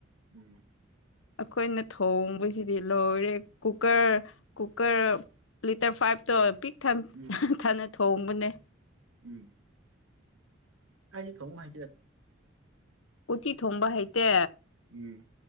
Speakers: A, on the right (about 85°); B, on the left (about 80°).
A: ꯎꯝ
B: ꯑꯩꯈꯣꯏꯅ ꯊꯣꯡꯕꯁꯤꯗꯤ ꯂꯣꯏꯔꯦ ꯀꯨꯀꯔ ꯀꯨꯀꯔ ꯂꯤꯇꯔ ꯐꯥꯏꯚꯇꯣ ꯄꯤꯛ ꯊꯝ
A: ꯎꯝ
B: ꯊꯥꯟꯅ ꯊꯣꯡꯕꯅꯦ
A: ꯎꯝ ꯑꯩ ꯊꯣꯡ ꯍꯥꯏꯗꯤ
B: ꯎꯇꯤ ꯊꯣꯡꯕ ꯍꯩꯇꯦ
A: ꯎꯝ